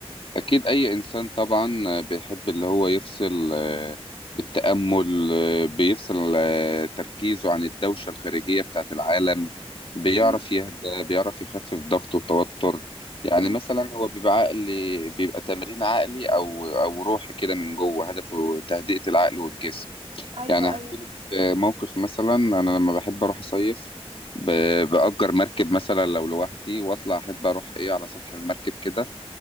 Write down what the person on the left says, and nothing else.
اكيد اي انسان طبعا بيحب اللي هو يفصل آه، بالتامل آه، بيفصل آه، تركيزه عن الدوشه الخارجيه بتاعت العالم بيعرف
يهدى بيعرف يخفف ضغطه وتوتر يعني
مثلا هو بيبقى عقلي بيبقى تمرين عقلي او او روحي كده من جوه هدفه تهدئه العقل والجسم
يعني هحكي
لك آه، موقف مثلا انا لما بحب اروح اصيف ب- بأجر مركب مثلا لو لوحدي واطلع احب اروح ايه على سطح المركب كده